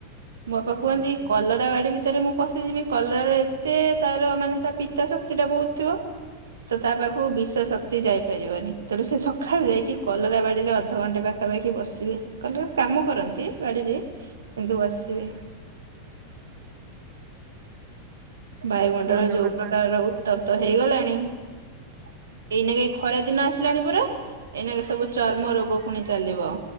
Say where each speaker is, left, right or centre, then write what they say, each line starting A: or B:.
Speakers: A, on the right (about 70°); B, on the right (about 40°).
A: ମୋ ବାପା କୁହନ୍ତି
B: ଆଚ୍ଛା
A: କଲର କଡ଼ା ବାଡି ଭିତରେ ମୁଁ ପଶିଯିବି କଲରାର ଏତେ ତାର ମାନେ ତା ପିତା ଶକ୍ତି ଟା ବହୁତ ଥିବ ତ ତା ପାଖକୁ ବିଷ ଶକ୍ତି ଯାଇପାରିବନି ତେଣୁ ସେ ସକାଳୁ ଯାଇକି କଲରା ବାଡିରେ ଅଧଘଣ୍ଟେ ପାଖ ପାଖାପାଖି ବସିବେ କହିଲେ କାମ କରନ୍ତି ବାଡିରେ କିନ୍ତୁ ବସିବେ ବାୟୁମଣ୍ଡଳ
B: ଭଲ
A: ଯୋଉ
B: କଥା
A: ପ୍ରକାର ରହୁ ତପ ତ ହେଇଗଲାଣି ଏଇନା କେ ଏ ଖରା ଦିନ ଆସିଲାଣି ପୁରା ଏଇନା କେ ସବୁ ଚର୍ମ ରୋଗ ପୁଣି ଚାଲିବ।